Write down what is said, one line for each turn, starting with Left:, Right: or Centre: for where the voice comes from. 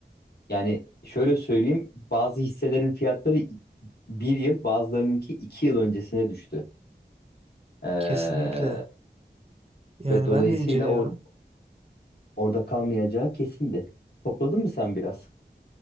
Left: Yani şöyle söyleyeyim bazı hisselerin fiyatları bir yıl bazılarınınki iki yıl öncesine düştü. Ee,
Right: kesinlikle. Yani
Left: ve dolayısıyla
Right: ben de inceliyorum.
Left: or-
Right: <laughs>
Left: orada kalmayacağı kesindi. Topladın mı sen biraz?